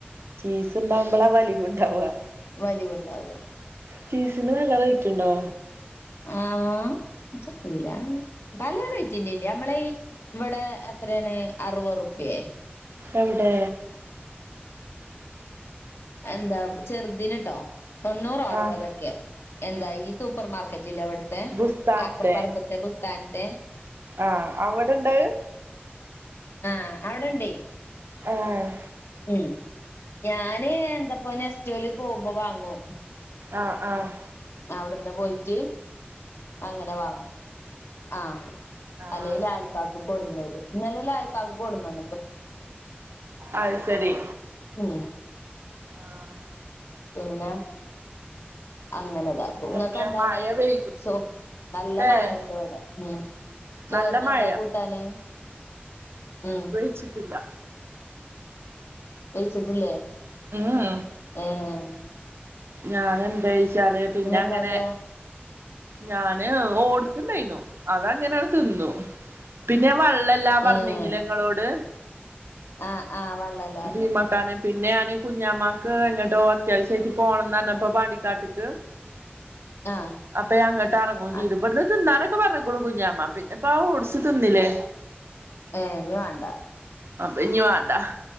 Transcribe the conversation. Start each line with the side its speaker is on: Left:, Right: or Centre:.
Right: ചീസ്ണ്ടാവുമ്പളാ വലിവുണ്ടാവാ
Left: വലിവുണ്ടാവാ
Right: ചീസിന് നല്ല റേറ്റുണ്ടോ?
Left: ആഹ് ജ്പോല പല റേറ്റിന്റെന്റെ നമ്മള ഈ ഇവടെ എത്രയാണ് അറുപതുർപ്യെ?
Right: എവടെ?
Left: എന്താ ചെറുതിന്ട്ടോ തൊണ്ണൂറ അറുപതൊക്കെ
Right: ആഹ്
Left: എന്താ ഈ സൂപ്പർ മാർക്കെറ്റില്ലെവിട്ത്തെ
Right: ബുസ്ഥാൻത്തെ
Left: ആക്കപർമ്പത്തെ ബുസ്ഥാൻത്തെ
Right: ആഹ് അവിടെണ്ടഹ്
Left: ആ അവിടെണ്ടേ
Right: ആഹ്
Left: ഉം ഞാന് എന്താപ്പ നെസ്റ്റോല് പോവുമ്പോ വാങ്ങു
Right: ആഹ് ആഹ്
Left: അവിടന്ന് പോയിറ്റ് അങ്ങനെ വാങ്ങും ആഹ്
Right: ആഹ്
Left: അല്ലേലാ കാക്കു കൊട്ന്നത് ഇന്നലല്ലയ കക്കു കൊടന്ന
Right: അയ് സെരി
Left: ഉം
Right: ആഹ്
Left: പിന്നെ അങ്ങനെ താക്കും
Right: എന്തൊക്കെ
Left: ങ്ങക്ക് എന്താണ്
Right: മഴ പെയ്തു
Left: സോ നല്ല
Right: ല്ലേ
Left: മഴയുണ്ട് വടെ ഉം ചോർനെന്താകൂട്ടാന്
Right: നല്ല മഴ
Left: ഉം
Right: ച്ചിട്ടില്ല
Left: വൈച്ചിട്ടില്ലേ
Right: ഉംഹ്
Left: ഏഹ്
Right: ഞാനെന്തെയ്ച്ചാല് പിന്നെ
Left: ഇനി എന്താക്കാ
Right: അങ്ങനെ ഞാന് ഓട്സ് ഇണ്ടായിന്നു അതങ്ങനെയാണ് തിന്നു പിന്നെ വള്ളല്ലാ പറഞ്ഞിനിലെങ്ങളോട്
Left: ഏഹ് ആഹ് ആഹ് വെള്ളല്ലാർഞ്ഞിനി
Right: തീമാക്കാണ് പിന്നെഞാന് കുഞ്ഞമാക്ക് എങ്ങോട്ടോ അത്യാവശ്യയിട്ട് പോണന്നർഞ്ഞപ്പ പണ്ടിക്കാട്ട്ക്ക്
Left: ആഹ്
Right: അപ്പേയങ്ങട്ട് ഇറങ്ങും ചെയത്
Left: ആഹ്
Right: ഇബട്ന്ന്തിന്നാനൊക്കെ പർഞ്ക്ണു കുഞ്ഞാമ പിന്നെപ്പ ആ ഓട്സ് തിന്നില്ലേ
Left: ഏഹ് എനിവാണ്ട
Right: അപ്പ ഇഞ്ഞി വാണ്ട